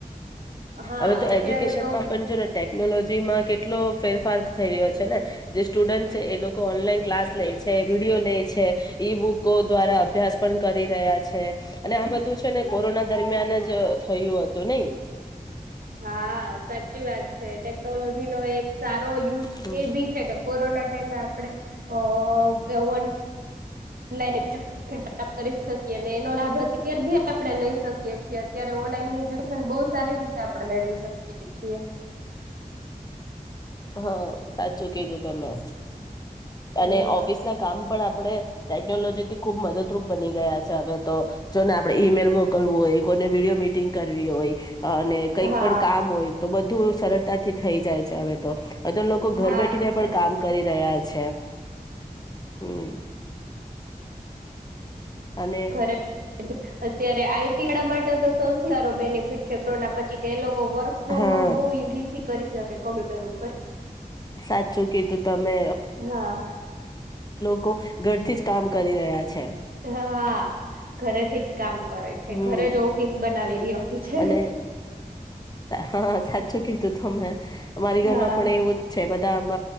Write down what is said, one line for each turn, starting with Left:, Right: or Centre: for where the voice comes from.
Right: હા
Left: હવે તો
Right: અત્યારે
Left: એજ્યુકેશન
Right: તો
Left: માં પણ જો ને ટેક્ ટેકનોલોજીમાં કેટલો ફેરફાર થઈ રહ્યો છે ને જે સ્ટુડન્ટ છે એ લોકો ઓનલાઈન ક્લાસ લે છે વિડીયો લે છે ઈ બુકો દ્વારા અભ્યાસ પણ કરી રહ્યા છે અને આ બધ બધુ છે ને કોરોના દરમિયાન જ જ થયું હતું નય
Right: હા સાચી છે ટેકનોલોજી નો એક સા તો યુઝ
Left: હમ.
Right: એ ભી છે કે કોરોના ટાઈમે આપણે અ એવો ઓનલાઇન <inaudible> પ્રાપ્ત કરી શકીએ ને લાભ અત્યારે બી આપણે લઈ શકીએ છીએ અત્યારે ઓનલાઈન એજ્યુકેશન બોવ સારી રીતેતે આપણે મેળવી શકીએ છીએ
Left: હા સાચું કીધું તમે
Right: હમ
Left: અને ઓફિસ ના કામ પણ આપ આપણે ટેકનોલોજીથી ખુબ મદદરૂપ બની ગયા છે હવે તો જોને આપડે ઈમેલ મોકલવું હોય કોઈને વિડીયો મિટિંગ કરવી હોય અને કંઈક
Right: હા
Left: પણ કામ હોય તો બધું સરળતાથી થઈ જાય છે હવે તો અવે તો લોકો
Right: હા
Left: ઘર બેઠીને
Right: સાચી
Left: પણ કામ
Right: વાત
Left: કરી રહ્યા છે. હમ અને
Right: ઘરે અત્યારે આઈટી વાળા માટે તો સૌથી સારો બેનિફિટ છે કોરોના પછી કે એ લોકો વર્ક ફ્રોમ
Left: હા
Right: હોમ બહુ ઈઝીથી કરી શકે કોમ્પ્યુટર ઉપર
Left: સાચું કીધું તમે
Right: હા
Left: કો ઘરથી જ કામ કરી રહ્યા છે.
Right: હ હા ઘરેથી જ કામ કરે છે
Left: હમ
Right: ઘરે જ ઓફિસ બનાવી દી આપી છે
Left: અને હા સાચું કીધું તો અમે અમારી ઘરમાં
Right: હા
Left: પણ એવું જ છે. બધા આમ